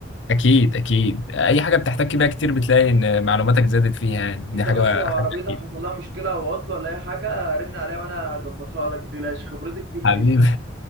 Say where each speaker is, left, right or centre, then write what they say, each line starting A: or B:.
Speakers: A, on the left (about 80°); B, on the right (about 70°).
A: اكيد اكيد اي حاجه بتحتك بيها كتير بتلاقي ان معلوماتك زادت فيها يعني
B: انت
A: دي حاجه
B: بس لو عربيتك
A: حاجه اكيد
B: حصل لها مشكله او عطله ولا اي حاجه رن عليا وانا اظبطها لك متقلقش خبرتي كتير
A: حبيبي
B: فيها
A: <laughs>